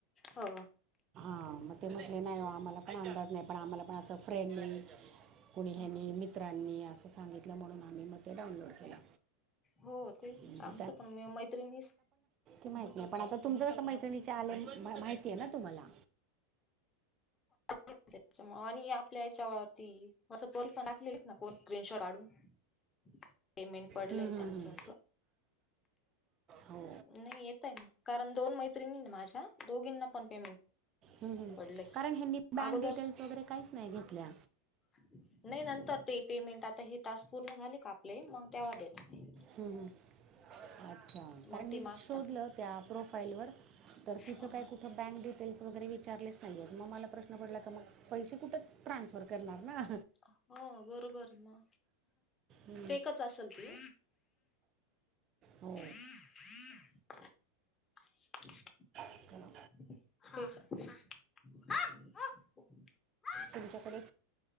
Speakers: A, on the left; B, on the right.
A: हो.
B: हां मग ते म्हटले नाही हो आम्हाला पण अंदाज नाही. पण आम्हाला पण असं फ्रेंडली कुणी हयानी,
A: ह
B: मित्रांनी असं सांगितलं म्हणून आम्ही मग ते डाउनलोड केलं.
A: हो तेच
B: म्हणजे
A: आमचं पण ने मैत्रिणीच
B: माहित नाही पण आता तुमचं कसं मैत्रिणीचे आले, माहितीय ना तुम्हाला.
A: त्याच्यामुळे आणि आपल्या याच्यावरती पोल पण न <unintelligible> कोण ग्रीन शॉर्ट काढून. <inaudible> पेमेंट पडलंय
B: हम्म, हम्म,
A: त्यांच
B: हम्म.
A: अस
B: हो
A: नाही येतय ना. कारण दोन मैत्रिणी माझ्या दोघींना पण पेमेंट
B: हम्म हम्म
A: पडलंय
B: कारण ह्यांनी. बँक
A: अगोदर
B: डिटेल्स वगैरे काहीच नाही घेतल्या
A: नाही नंतर ते पेमेंट आता हे टास्क पूर्ण झाले का आपले मग तेव्हा देत. ते
B: हुं अच्छा
A: मग
B: कारण मी
A: ते मागता
B: शोधलं त्या प्रोफाईल वर तर तिथं
A: हो
B: काय कुठं बँक डिटेल्स वगैरे विचारलेच नाहीय मग मला प्रश्न पडला का मग पैसे कुठं ट्रान्सफर करणार ना.
A: हा बरोबर म,
B: हम्म,
A: फेकच असल ते
B: हो
A: हम्म, हम्म. ह
B: चला
A: <inaudible>
B: तुमच्याकडे